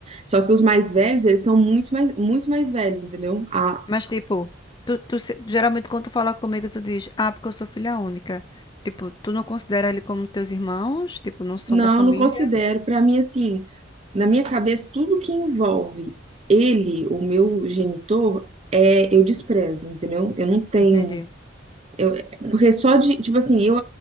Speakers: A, on the right (about 30°); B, on the left (about 20°).
A: Só que os mais velhos, eles são muito mais, muito mais velhos, entendeu? Ah,
B: Mas tipo, tu, tu se- geralmente quando tu fala comigo, tu diz, ah, porque eu sou filha única. Tipo, tu não considera ele como teus irmãos? Tipo, não são
A: não,
B: da família?
A: não considero. Pra mim, assim, na minha cabeça, tudo que envolve ele, o meu genitor, é, eu desprezo, entendeu? Eu não tenho
B: Entendi.
A: Eu, porque só de, tipo assim, eu